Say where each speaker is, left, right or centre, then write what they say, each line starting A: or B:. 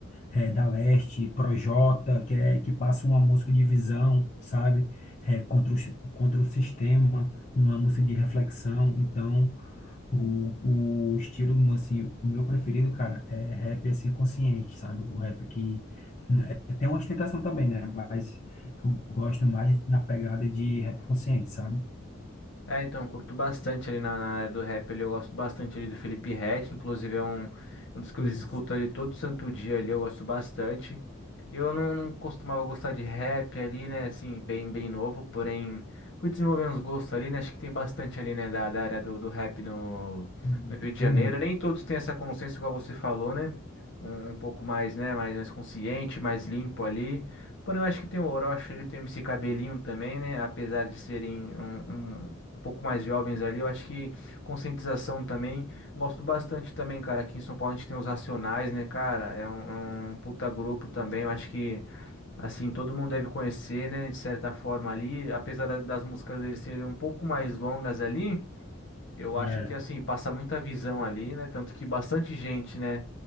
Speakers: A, on the left (about 35°); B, on the left (about 55°).
A: eh, da Leste, Projota, que é que passa uma música de visão, sabe? Eh, contra o, si- contra o sistema, uma música de reflexão. Então. O, o estilo, assim, o meu preferido, cara, é rap, assim, consciente, sabe? O rap que é, tem uma ostentação também, né? Mas eu gosto mais na pegada de rap consciente, sabe?
B: É, então, eu curto bastante ali na, na área do rap, ali, eu gosto bastante ali do Felipe Ret, inclusive é um, um dos que
A: Isso.
B: eu escuto ali todo santo dia ali, eu gosto bastante. Eu não, não costumava gostar de rap ali, né, assim, bem, bem novo, porém fui desenvolvendo os gostos ali, né, acho que tem bastante ali, né, da, da área do, do rap no,
A: Hum,
B: no Rio de
A: Tem
B: Janeiro,
A: muito.
B: nem todos têm essa consciência igual você falou, né, um, um pouco mais, né, mais, mais consciente, mais limpo ali. Porém, eu acho que tem o Orochi, ele tem o MC Cabelinho também, né? Apesar de serem um, um um pouco mais jovens ali. Eu acho que conscientização também. Gosto bastante também, cara. Aqui em São Paulo a gente tem os Racionais, né, cara? É um, é um puta grupo também. Eu acho que, assim, todo mundo deve conhecer, né, de certa forma ali. Apesar da- das músicas deles serem um pouco mais longas ali, eu acho
A: É.
B: que, assim, passa muita visão ali, né? Tanto que bastante gente, né,